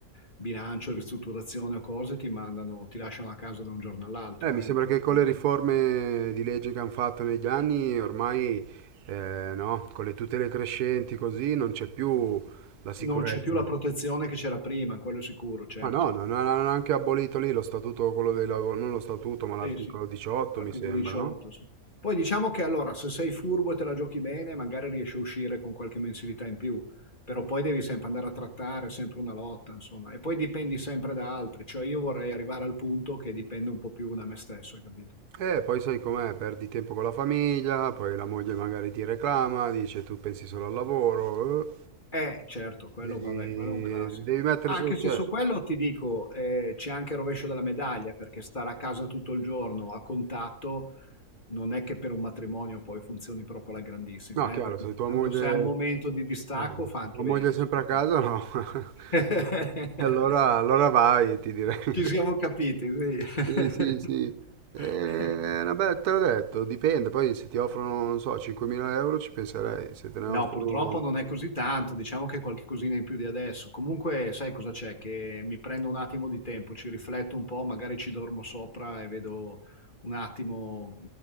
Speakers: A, on the left (about 35°); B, on the right (about 80°).
A: bilancio, ristrutturazione o cose, ti mandano, ti lasciano a casa da un giorno all'altro,
B: eh, mi
A: eh,
B: sembra
A: non vuol
B: che con
A: dire
B: le riforme
A: niente.
B: di legge che hanno fatto negli anni, ormai, eh, no, con le tutele crescenti così, non c'è più la sicurezza.
A: Non c'è più la protezione che c'era prima, quello è sicuro, certo.
B: Ma no, non hanno anche abolito lì lo statuto, quello dei lavo- non lo statuto, ma l'articolo
A: Sì, sì,
B: 18,
A: articolo
B: mi sembra,
A: 18,
B: no?
A: sì. Poi diciamo che allora, se sei furbo e te la giochi bene, magari riesci a uscire con qualche mensilità in più, però poi devi sempre andare a trattare, è sempre una lotta, insomma, e poi dipendi sempre da altri, cioè io vorrei arrivare al punto che dipendo un po' più da me stesso, hai capito?
B: Eh, poi sai com'è, perdi tempo con la famiglia, poi la moglie magari ti reclama, dice tu pensi solo al lavoro, eh,
A: Eh, certo, quello
B: devi,
A: vabbè, quello è un classico.
B: devi mettere
A: Anche
B: su,
A: se
B: cioè,
A: su quello ti dico, eh, c'è anche il rovescio della medaglia, perché stare a casa tutto il giorno a contatto Non è che per un matrimonio poi funzioni proprio alla grandissima,
B: no, chiaro,
A: eh, perché
B: se
A: ogni
B: tua
A: tanto
B: moglie,
A: se è un momento di distacco
B: eh,
A: fa
B: se
A: anche
B: tua
A: bene,
B: moglie è sempre
A: secondo
B: a casa,
A: me.
B: no, <laughs>
A: <laughs>
B: allora, allora vai, ti direi. <laughs>
A: Ci siamo capiti, sì.
B: Sì, sì, sì.
A: <laughs>
B: Eh, vabbè, te l'ho detto, dipende, poi se ti offrono, non so, 5.000 euro ci penserei, se te ne
A: No,
B: offrono...
A: purtroppo non è così tanto, diciamo che qualche cosina in più di adesso. Comunque, sai cosa c'è? Che mi prendo un attimo di tempo, ci rifletto un po', magari ci dormo sopra e vedo un attimo